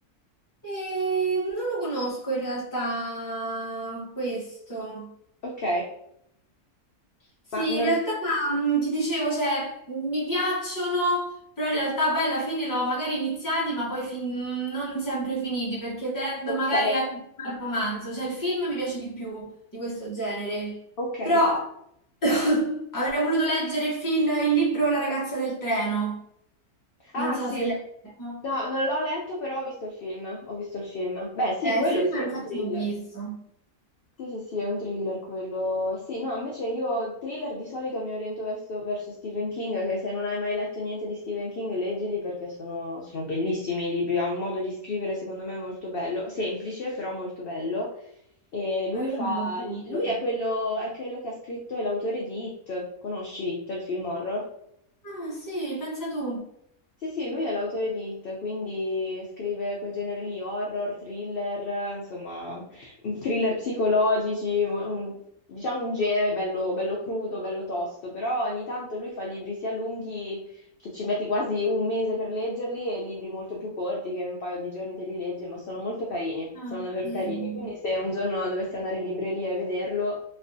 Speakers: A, on the left (about 15°); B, on the left (about 55°).
A: Eh, non lo conosco in realtà questo.
B: Ok,
A: Sì,
B: ma
A: in
B: non...
A: realtà mm, ti dicevo, cioè, mi piacciono, però in realtà poi alla fine l'ho magari iniziati, ma poi fin- non sempre finiti, perché tendo
B: Ok,
A: magari a al romanzo, cioè il film mi piace di più di questo genere,
B: ok.
A: però <coughs> avrei voluto leggere il film, il libro La ragazza del treno, non
B: Ah
A: so
B: sì,
A: se l'hai letto.
B: no, non l'ho letto però ho visto il film, ho visto il film. Beh sì,
A: Eh,
B: quello
A: il film
B: sì, è
A: infatti
B: un thriller.
A: l'ho visto.
B: Sì, sì, sì, è un thriller quello. Sì, no, invece io thriller di solito mi oriento verso, verso Stephen King, che se non hai mai letto niente di Stephen King, leggili perché sono, sono bellissimi i libri, ha un modo di scrivere secondo me molto bello, semplice però molto bello. E lui
A: Allora
B: fa,
A: me lo appunto.
B: li- lui è quello, è quello che ha scritto, è l'autore di It, conosci It, il film horror?
A: Ah sì, pensa tu.
B: Sì, sì, lui è l'autore di It, quindi scrive quel genere lì, horror, thriller, eh, insomma, mm, thriller psicologici, mo- un- diciamo un genere bello, bello crudo, bello tosto, però ogni tanto lui fa libri sia lunghi che ci metti quasi un mese per leggerli e libri molto più corti che in un paio di giorni te li leggi, ma sono molto carini,
A: Ah,
B: sono davvero
A: vedi.
B: carini. Quindi se un giorno dovessi andare in libreria e vederlo,